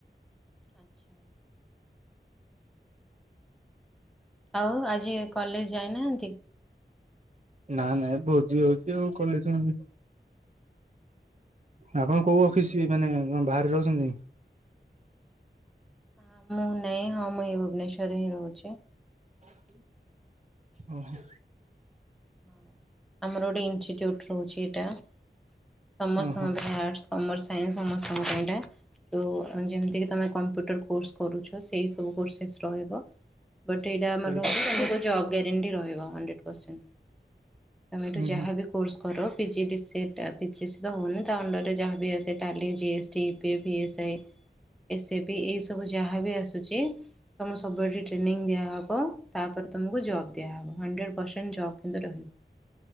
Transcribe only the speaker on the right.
ନା ନାଇଁ ଭୋଜି ବି ହଉଛି ଆଉ କଲେଜ ଯିବି। ଆପଣ କୋଉ ଅଫିସ୍ ମାନେଣ ବାହାରେ ରହୁଛନ୍ତି।
ହ ଓହୋ।
ଓହୋ
ହୁଁ
ହୁଁ
ହୁଁ